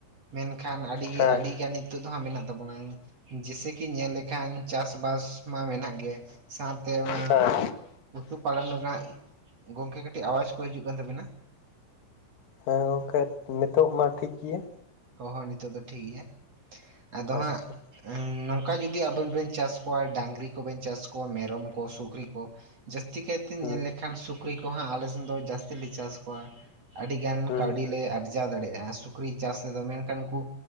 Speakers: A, on the right; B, on the left.
A: ᱢᱮᱱᱠᱷᱟᱱ ᱟᱹᱰᱤ
B: ᱦᱮᱸ
A: ᱟᱹᱰᱤ ᱜᱟᱱᱤᱡ, ᱛᱚᱛᱟ ᱦᱟᱸᱜ ᱢᱮᱱᱟᱜ ᱛᱟᱵᱚᱱᱟ ᱡᱮᱭᱥᱮ ᱠᱤ ᱧᱮᱞ ᱞᱮᱠᱷᱟᱱ ᱪᱟᱥᱼᱵᱟᱥ ᱢᱟ ᱢᱮᱱᱟᱜ-ᱜᱮ᱾ ᱥᱟᱸᱣᱛᱮ ᱚᱱᱟ
B: ᱦᱮᱸ
A: ᱩᱛᱩ ᱯᱟᱞᱚᱱ ᱨᱮᱱᱟᱜ ᱜᱚᱝᱠᱮ ᱠᱟᱹᱴᱤᱡ ᱟᱣᱟᱡᱽ ᱠᱚ ᱦᱤᱡᱩᱜ ᱠᱟᱱ ᱛᱟᱵᱤᱱᱟ᱾
B: ᱦᱮᱸ ᱜᱚᱝᱠᱮ ᱱᱤᱛᱚᱜ ᱢᱟ ᱴᱷᱤᱠ ᱜᱮᱭᱟ᱾
A: ᱦᱚᱸ ᱦᱚᱸ ᱱᱤᱛᱚᱜ ᱫᱚ ᱴᱷᱤᱠ ᱜᱮᱭᱟ, ᱟᱫᱚ
B: ᱟᱪᱪᱷᱟ
A: ᱦᱟᱸᱜ ᱱᱚᱝᱠᱟ ᱡᱩᱫᱤ ᱟᱵᱮᱱ ᱵᱮᱱ ᱪᱟᱥ ᱠᱚᱣᱟ ᱰᱟᱹᱝᱨᱤ ᱠᱚᱵᱮᱱ ᱪᱟᱥ ᱠᱚᱣᱟ ᱢᱮᱨᱚᱢ ᱠᱚ, ᱥᱩᱠᱨᱤ ᱠᱚ ᱡᱟᱹᱥᱛᱤ ᱠᱟᱭᱛᱮ
B: ᱦᱩᱸ
A: ᱧᱮᱞ ᱞᱮᱠᱷᱟᱱ ᱥᱩᱠᱨᱤ ᱠᱚ ᱦᱟᱸᱜ ᱟᱞᱮ ᱥᱮᱱ ᱫᱚ ᱡᱟᱹᱥᱛᱤ ᱞᱮ ᱪᱟᱥ ᱠᱚᱣᱟ᱾ ᱟᱹᱰᱤᱜᱟᱱ
B: ᱦᱩᱸ
A: ᱠᱟᱹᱣᱰᱤ ᱞᱮ ᱟᱨᱡᱟᱣ ᱫᱟᱲᱮᱭᱟᱜ-ᱟ ᱥᱩᱠᱨᱤ ᱪᱟᱥ ᱨᱮᱫᱚ ᱢᱮᱱᱠᱷᱟᱱ ᱩᱱᱠᱩᱼᱼ